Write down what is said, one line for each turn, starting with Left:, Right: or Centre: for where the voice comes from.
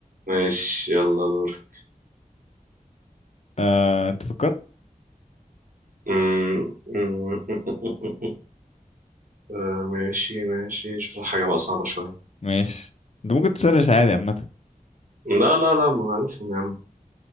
Right: ماشي يلا دور
Left: آه، انت فكرت
Right: أمم، أمم، أمم، أمم، أمم. آه، ماشي ماشي شوف لك حاجة بقى صعبة شوية
Left: ماشي انت ممكن تسرش عادي عامة
Right: لا لا لا ما عارفهم يا عم